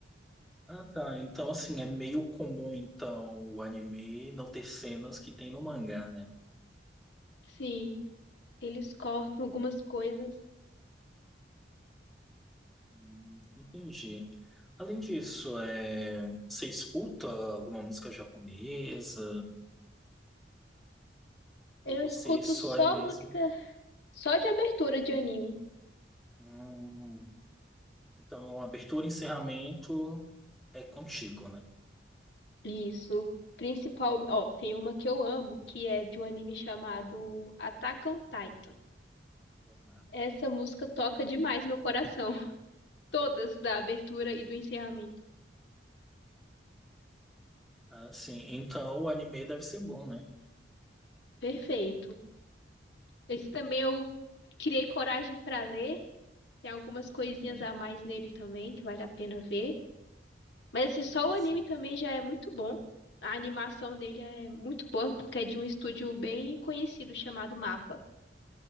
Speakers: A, in the centre; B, on the left (about 70°).
A: Ah, tá. Então, assim, é meio comum, então, o anime não ter cenas que tem no mangá, né?
B: Sim, eles cortam algumas coisas.
A: Hum, Entendi. Além disso, é... você escuta alguma música japonesa?
B: Eu
A: Ou você
B: escuto
A: só
B: só
A: é mesmo?
B: música, só de abertura de anime.
A: Hum, Então, abertura e encerramento é contigo, né?
B: Isso. Principal, ó, tem uma que eu amo, que é de um anime chamado Attack on Titan.
A: Uhum.
B: Essa música toca demais meu coração. <laughs> Todas da abertura e do encerramento.
A: Ah, sim. Então, o anime deve ser bom, né?
B: Perfeito. Esse também eu criei coragem pra ler. Tem algumas coisinhas
A: Uhum.
B: a mais nele também que vale a pena ver. Mas
A: Ah,
B: assim, só o
A: sim.
B: anime também já é muito bom. A animação dele é muito boa porque é de um estúdio bem conhecido chamado MAPA.